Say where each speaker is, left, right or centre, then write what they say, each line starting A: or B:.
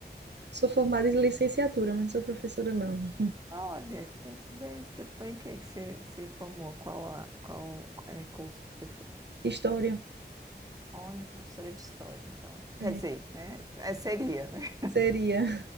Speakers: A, on the right; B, on the right.
A: Sou formada em licenciatura, mas não sou professora, não.
B: Olha, bem, você foi em que que você se formou? Qual, a- qual é, curso que você fez?
A: História.
B: Olha, professora de história, então. Quer
A: É,
B: dizer, né? é, seria, né?
A: seria.